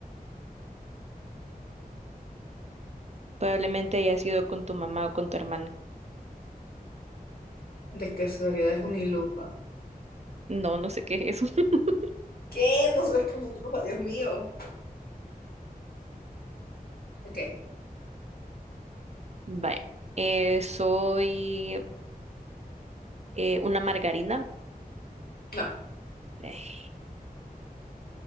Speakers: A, on the right (about 45°); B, on the left (about 75°).
A: Probablemente hayas ido con tu mamá o con tu hermana.
B: De casualidad es un ilufa.
A: No, no sé qué es eso. <laughs>
B: ¿Qué? No sabes qué es un ilufa, Dios mío. Ok,
A: Vaya. Eh, soy eh, una margarina.
B: no.
A: Ay,